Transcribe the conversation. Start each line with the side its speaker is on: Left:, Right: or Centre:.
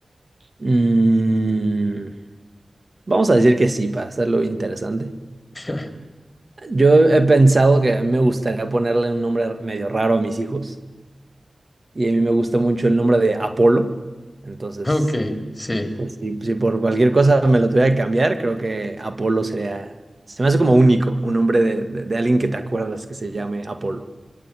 Right: Mm, vamos a decir que sí, para hacerlo interesante.
Left: <laughs>
Right: Yo he pensado que a mí me gustaría ponerle un nombre medio raro a mis hijos y a mí me gusta mucho el nombre de Apolo. Entonces,
Left: Ok, sí,
Right: pues si, si por cualquier cosa me lo tuviera que cambiar, creo que Apolo sería, se me hace como único, un nombre de, de- de alguien que te acuerdas que se llame Apolo.